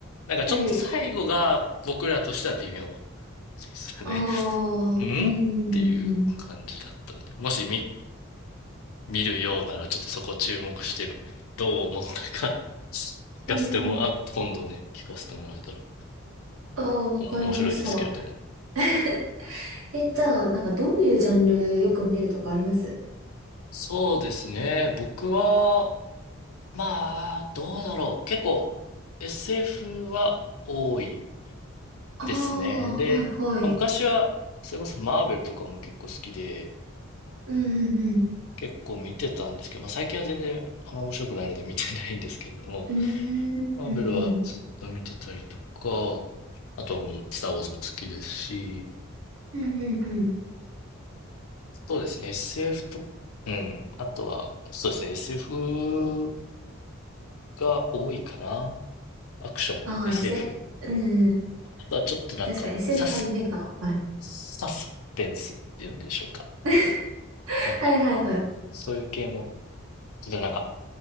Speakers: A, on the left; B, on the right.
A: なんかちょっと最後が僕らとしては微妙。
B: はい。
A: でしたね
B: ああ、
A: んっていう感じだったんで、
B: うん。
A: もし見、見るようならちょっとそこ注目して、どう思ったか <laughs> 聞かせても、
B: うん。
A: あ、今度ね、聞かせてもらえたら
B: ああ、わかりました。
A: お面白いですけれども。
B: <laughs> え、じゃあ、なんかどういうジャンルよく見るとかあります
A: そうですね。僕は、まあ、どうだろう。結構 SF は多い
B: あ
A: ですね。で、
B: あー、はいはい。
A: まあ、昔は、それこそマーベルとかも結構好きで、
B: うんうん
A: 結構見てたんですけど、まあ最近は全然あんま面白くないので見てないんですけれども、
B: うん。うーん、
A: マーベルはずっと見てたりと
B: うんうん。
A: か、あとはもう、スター・ウォーズも好きですし、
B: うんうんうん。
A: そうですね、SF と、うん、あとは、そうですね、SF が多いかな。アクション、
B: ああ、
A: SF。
B: SF。うん。
A: あとはちょっとなんか、
B: 確か SF
A: サス、
B: は夢がある。
A: サスペンスっていうんでしょうか。
B: <laughs>
A: なんか、
B: はいはいはい。
A: そういう系も、例えばなんか、